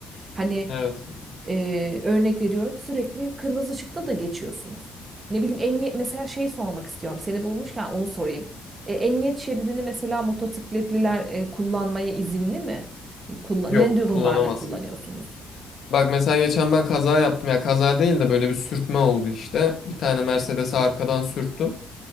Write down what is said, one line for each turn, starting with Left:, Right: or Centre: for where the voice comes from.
Right: Hani
Left: Evet.
Right: e, örnek veriyorum sürekli kırmızı ışıkta da geçiyorsunuz. Ne bileyim emniyet mesela şey sormak istiyorum. Seni bulmuşken onu sorayım. E, emniyet şeridini mesela motosikletliler e, kullanmaya izinli mi? E, kullan
Left: Yok
Right: ne durumlarda
Left: kullanamazsın.
Right: kullanıyorsunuz?
Left: Bak mesela geçen ben kaza yaptım ya kaza değil de böyle bir sürtme oldu işte. Bir tane Mercedes'e arkadan sürttüm.